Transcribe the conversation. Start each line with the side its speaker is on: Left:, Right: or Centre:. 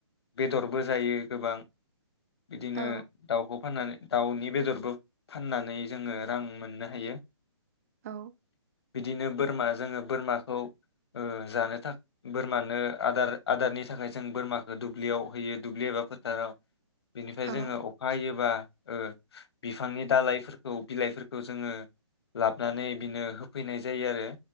Left: बेदरबो जायो गोबां बिदिनो
Right: औ
Left: दाउखौ फाननानै दाउनि बेदरबो फाननानै जोङो रां मोननो हायो।
Right: औ
Left: बिदिनो बोरमा जोङो बोरमाखौ जानो थाखाय बोरमानो आदार आदारनि थाखाय जों बोरमाखौ दुब्लियाव होयो दुब्लि एबा फोथाराव बिनिफ्राय
Right: औ
Left: जोङो अखा हायोब्ला ओ बिफांनि दालाइफोरखौ बिलाइफोरखौ जोङो लाबनानै बिनो होफैनाय जायो आरो